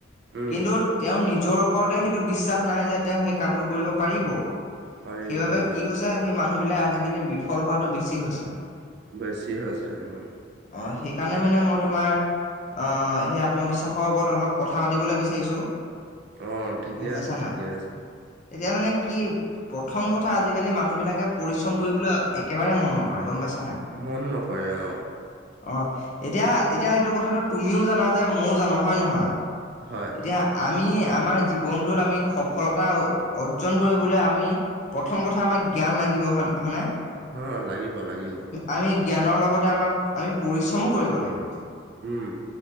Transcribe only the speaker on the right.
উম,
পাৰিব
অ'।
বেছি আছে উ
অ', ঠিকে
আছে
ঠিকে আছে।
মন নকৰে অ
হয়,
অ', লাগিব লাগিব।
উম,